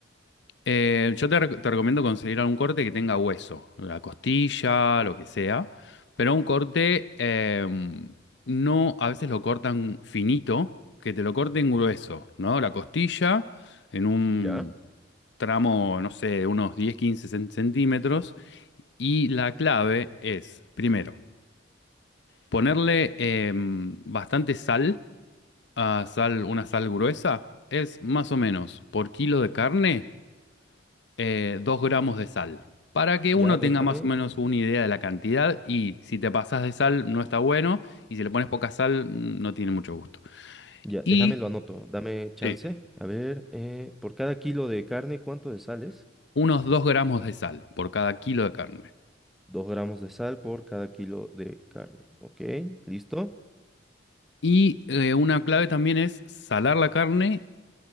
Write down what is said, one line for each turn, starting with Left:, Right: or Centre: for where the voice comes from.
Left: Eh, yo te, rec- te recomiendo conseguir algún corte que tenga hueso, la costilla, lo que sea, pero un corte eh, no, a veces lo cortan finito, que te lo corten grueso, ¿no? La costilla en un
Centre: ya,
Left: tramo, no sé, de unos diez, quince cen- centímetros. Y la clave es, primero, ponerle eh, bastante sal, a sal, una sal gruesa, es más o menos por kilo de carne eh, 2 gramos de sal. Para que
Centre: ya,
Left: uno
Centre: déjame.
Left: tenga más o menos una idea de la cantidad y si te pasas de sal no está bueno y si le pones poca sal mm, no tiene mucho gusto.
Centre: Ya,
Left: Y
Centre: déjame lo anoto, dame chance.
Left: Sí.
Centre: A ver, eh, por cada kilo de carne, ¿cuánto de sales?
Left: unos 2 gramos de sal por cada kilo de carne.
Centre: dos gramos de sal por cada kilo de carne. ¿Ok? ¿Listo?
Left: Y eh, una clave también es salar la carne